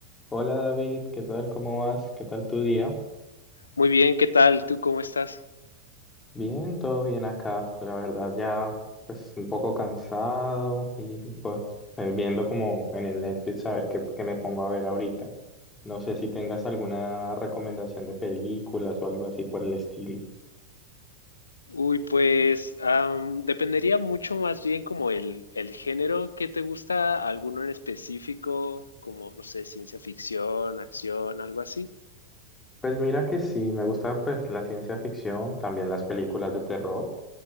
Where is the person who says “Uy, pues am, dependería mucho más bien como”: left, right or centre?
Left